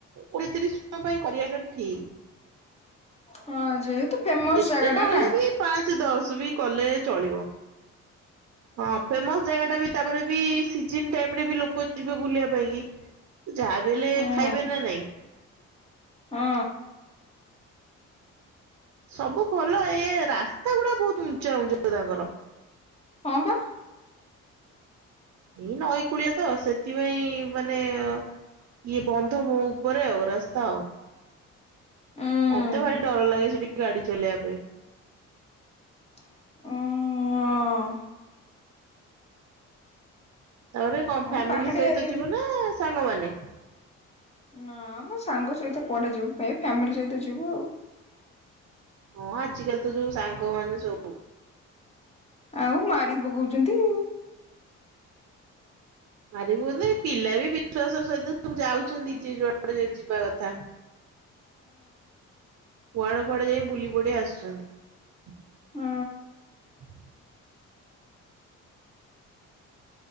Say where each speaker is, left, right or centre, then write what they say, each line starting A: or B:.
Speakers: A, on the right (about 60°); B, on the left (about 20°).
A: କୋଡିଏ ତିରିଶ ଟଙ୍କା ପାଇଁ କରିବାଟା ଠିକ।
B: ହଁ ଯେହେତୁ ଫେମସ
A: ଏତେ
B: ଜାଗା
A: ନହେଲେ
B: ଟା ନା।
A: ବି ପାଞ୍ଚ ଦଶ ବି କଲେ ଚଳିବ। ହଁ ଫେମସ ଜାଗା ଟା ବି ତାପରେ ବି ସିଜନ୍ ଟାଇମରେ ବି ଲୋକ ଯିବେ ବୁଲିବା ପାଇଁ କି। ଯାହା ବ ହେଲେ
B: ହଁ
A: ଖାଇବେ ନା ନାଇଁ।
B: ହଁ।
A: ସବୁ ଭଲ ଏ ରାସ୍ତା ଗୁଡା ବହୁତ ଉଚା ଉଞ୍ଚ ତାଙ୍କର।
B: ହଁ ବା।
A: ଏଇ ନଈ କୂଳିଆ ତ ସେଥିପାଇଁ ମାନେ ଇଏ ବନ୍ଧ ଉପରେ ଆଉ ରାସ୍ତା ଆଉ।
B: ଉଁ
A: ମତେ ଭାରି ଡର ଲାଗେ ସେଠିକି ଗାଡି ଚଲେଇବା ପାଇଁ।
B: ହଁ।
A: ତାପରେ କଣ
B: ହଁ
A: ଫ୍ୟାମିଲି
B: ପାହାଡିଆ
A: ସହିତ
B: ଏରିଆ
A: ଯିବ
B: ବି
A: ନା ସାଙ୍ଗମାନେ?
B: ନା ମ ସାଙ୍ଗ ସହିତ କୁଆଡେ ଯିବୁ ଏଇ ଫ୍ୟାମିଲି ସହିତ ଯିବୁ ଆଉ।
A: ହଁ ଆଜିିକାଲି ତ ଯୋଉ ସାଙ୍ଗ ମାନେ ସବୁ
B: ଆଉ ମାରି ପକଉଚନ୍ତି।
A: ମାରିବୁନି ପିଲା ବି ବିଶ୍ଵାସ ସହିତ ସବୁ ଯାଉଛନ୍ତି ଯିଏ ଯୁଆଡେ ଯିବା କଥା। କୁଆଡେ କୁଆଡେ ଯାଇ ବୁଲି ପଡି ଆସୁଛନ୍ତି।
B: ହଁ।